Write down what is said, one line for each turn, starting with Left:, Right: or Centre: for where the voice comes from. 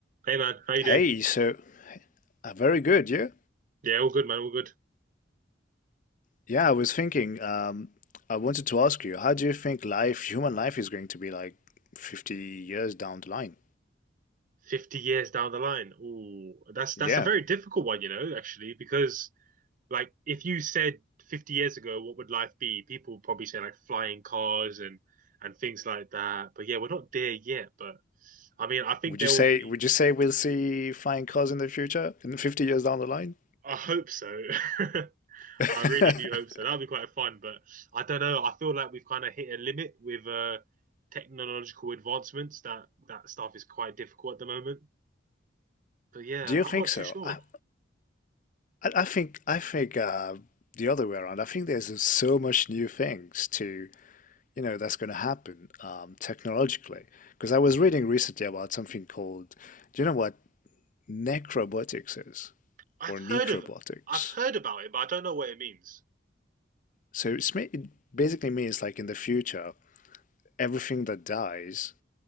Right: Hey man, how you doing?
Left: Hey, so uh, very good, yeah?
Right: Yeah, all good, man, all good.
Left: Yeah, I was thinking, um, I wanted to ask you, how do you think life, human life is going to be like 50 years down the line?
Right: 50 years down the line. Ooh, that's that's
Left: Yeah.
Right: a very difficult one, you know, actually, because like if you said 50 years ago, what would life be? People would probably say like flying cars and and things like that. But yeah, we're not there yet, but I mean, I think
Left: Would
Right: there
Left: you say
Right: will be
Left: would you say we'll see flying cars in the future, in 50 years down the line?
Right: I hope so. <laughs>
Left: <laughs>
Right: I really do hope so. That'll be quite fun, but I don't know. I feel like we've kind of hit a limit with uh technological advancements. That that stuff is quite difficult at the moment. But yeah,
Left: Do you
Right: I'm
Left: think
Right: not
Left: so?
Right: too sure.
Left: I I I think I think uh, the other way around. I think there's so much new things to, you know, that's going to happen um, technologically. Because I was reading recently about something called, do you know what necrobotics is?
Right: I've
Left: or
Right: heard
Left: necrobotics.
Right: of I've heard about it, but I don't know what it means.
Left: So it's ma it basically means like in the future, everything that dies,